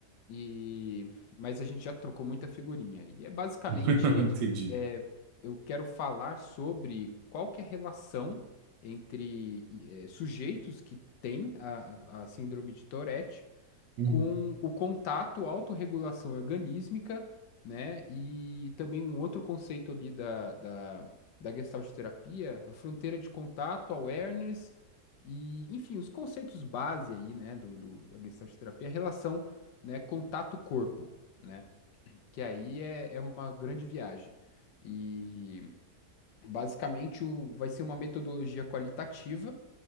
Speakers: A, on the left; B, on the right.
A: e mas a gente já trocou muita figurinha e é basicamente
B: <laughs> Entendi.
A: é, eu quero falar sobre qual que é a relação entre eh, sujeitos que têm a, a síndrome de Tourette
B: Uhum.
A: com o contato, autorregulação organísmica, né? E também um outro conceito ali da, da, da Gestalt terapia, a fronteira de contato, awareness, e, enfim, os conceitos base aí, né, do, do, da Gestalt terapia, a relação, né, contato-corpo, né? Que aí é, é uma grande viagem. E basicamente o, vai ser uma metodologia qualitativa